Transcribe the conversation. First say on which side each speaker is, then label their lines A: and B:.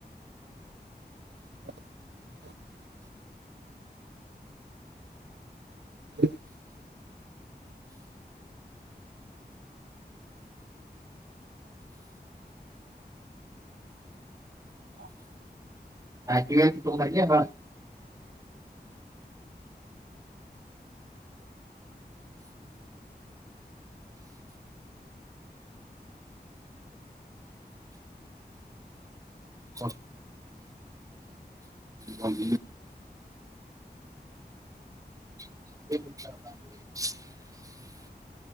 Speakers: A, on the right; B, on the right.
A: ಹ್ಮ್ಮ್. <inaudible> ಹ್ಮ್
B: ಆಟಿವ ತತ
A: ಹ ಹ್ಮ್.
B: ಸ ಹ್ಮ್ ಹ್ಮ್.